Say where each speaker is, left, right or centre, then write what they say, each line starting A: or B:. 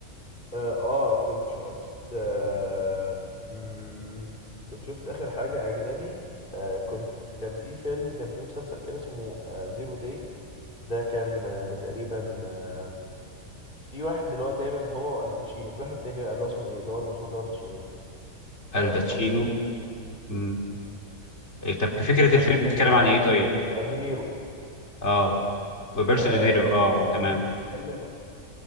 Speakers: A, on the left; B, on the left.
A: اه آه، كنت شفت آه مم، كنت شفت اخر حاجه اجنبي آه كنت كان في فيلم كان في مسلسل كده اسمه آه زيرو داي ده كان آه تقريبا آه، في واحد اللي هو دايما هو والباتشينو في واحد تاني بقى اللي هو اسمه ايه اللي هو المشهور ده برضه اسمه ايه
B: الباتشينو
A: أه بحاول افتكر اسمه
B: مم. إيه، طب فكرة
A: في واحد
B: الفيلم بتتكلم
A: تاني بقى
B: عن
A: على
B: ايه
A: طول
B: طيب؟
A: ما دايما تلاقي- آه، دينيرو
B: اه روبرتو
A: أه
B: دينيرو اه
A: كان
B: تمام
A: بتتكلم